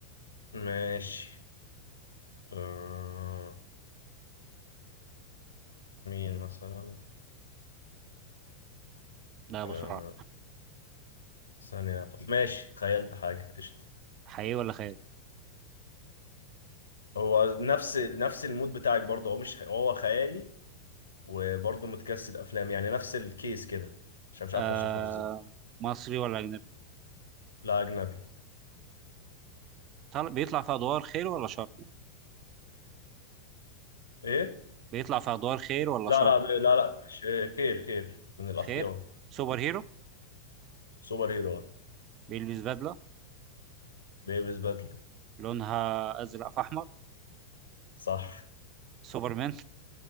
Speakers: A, on the left; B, on the right.
A: ماشي آه... مين مثلا
B: لا بسرعه
A: آه... ثانية أفكر. ماشي تخيلت حاجة قشطة
B: حقيقي ولا خيال
A: هو نفس نفس المود بتاعك برضه هو مش حقيقي. هو خيالي وبرضه متجسد افلام يعني نفس الكيس كده عشان مش
B: آه
A: عارف اوصفها بالظبط
B: مصري ولا أجنبي
A: لا اجنبي
B: طل- بيطلع في أدوار خير ولا شر
A: ايه
B: بيطلع في أدوار خير ولا
A: لا
B: شر
A: لا ب- لا لا ش- خير خير من الأخيار
B: خير سوبر هيرو
A: سوبر هيرو
B: بيلبس بدلة
A: بيلبس بدلة
B: لونها أزرق في أحمر
A: صح
B: سوبرمان